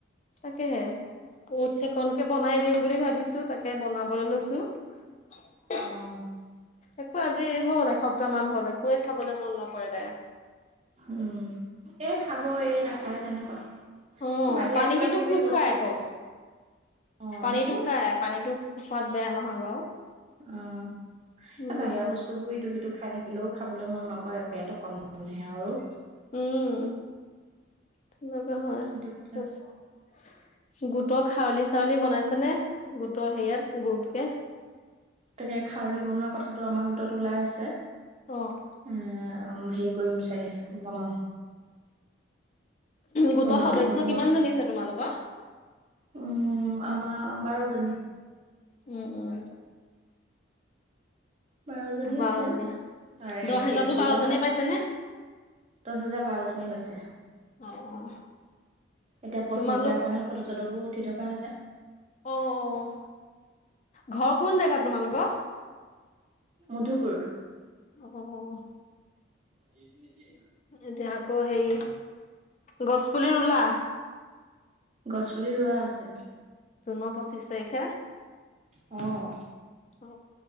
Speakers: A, on the left; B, on the right.
A: তাকেহে ওটচ্ অকণকে বনাই দিম বুলি ভাবিছো, তাকে বনাবলে লৈছো। <unintelligible>
B: অ'।
A: একো আজি হ'ল এসপ্তাহ মান হ'ল, একোৱে খাবলে মন নকৰে তাই।
B: উম, এই খাব এই নাখায় তেনেকুৱা।
A: অ',
B: বাহিৰা
A: পানী
B: কিবা
A: কিন্তু
B: কিবি
A: খুব
B: বস্তু
A: খায় আকৌ।
B: অ
A: পানীতো
B: হ'ব
A: খায়, পানীটো খোৱাত বেয়া নহয় বাৰু।
B: উম,
A: উম,
B: এ বাহিৰা বস <unintelligible> ইটো সিটো খাই থাকিলেও খাবলৈ মন নকৰে, পেট অকনমানহে আৰু।
A: উম, তেনেকুৱা হয়
B: সেইটো কথা
A: তাৰপিছত গো গোটৰ খাউলি-চাউলি বনাইছনে, গোটৰ হেৰিয়াত গ্ৰুপকে?
B: তাকে খাউলি বনোৱা কথাটো আমাৰ গোটত ওলাই আছে।
A: অ'।
B: উম, হেৰি কৰিম চাগে বনাম।
A: গোটৰ
B: বনোৱাটো
A: সদস্য
B: হ'ব
A: কিমানজনী আছে তোমালোকৰ?
B: উম, আমাৰ বাৰজনী।
A: উম, উম।
B: বাৰ জনী
A: বাৰজনী
B: আছে, তাৰে
A: দহ হেজাৰতো
B: কেঁচুৱা
A: বাৰজনীয়ে পাইছে নে
B: দশ হাজাৰ বাৰজনীয়ে পাইছে।
A: অ', অ'।
B: এতিয়া পঁচিছ
A: তোমালোক
B: হাজাৰৰ কাৰণে ফটো-চটোবোৰ উঠি থকা হৈছে।
A: অ', অ', ঘৰ কোন জেগাত তোমালোকৰ?
B: মধুপুৰ।
A: অ'।
B: <unintelligible>
A: এতিয়া আকৌ হেৰি গছ পুলি ৰুলা
B: গছ-পুলি ৰোৱা আছে।
A: জুনৰ পঁচিশ তাৰিখে
B: অ'।
A: অ,